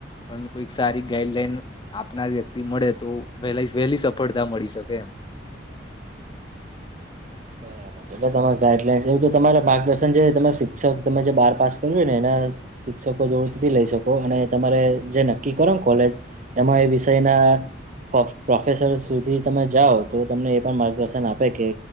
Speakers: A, on the left; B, on the right.
A: પણ કોઈક સારી ગાઈડલાઈન આપનાર વ્યક્તિ મળે તો વહેલા વહેલી સફળતા મળી શકે એમ.
B: બરાબર તો તમારે ગાઈડલાઈનસ એવું તમારે માર્ગદર્શન જે રીતે તમાર શિક્ષક તમે જે બાર પાસ કરયુને એના શિક્ષકો દોસ્ત ભી લઈ શકો અને તમારે જે નક્કી કરો ને કોલેજ એમાં એ વિષયના પો પ્રોફેસર સુધી તમે જાઓ તો તમને એ પણ માર્ગદર્શન આપે કે